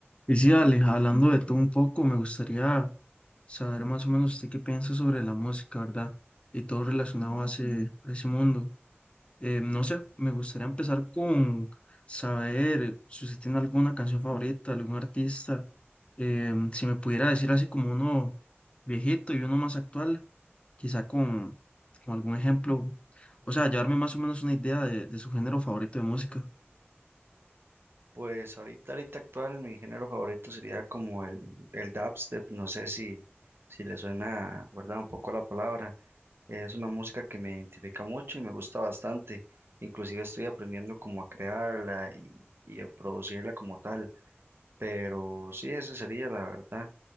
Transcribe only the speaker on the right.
Pues ahorita, ahorita actual, mi género favorito sería como el, el dubstep, no sé si, si le suena, ¿verdad? Un poco la palabra. Es una música que me identifica mucho y me gusta bastante. Inclusive estoy aprendiendo como a crearla y, y a producirla como tal. Pero sí, ese sería la verdad.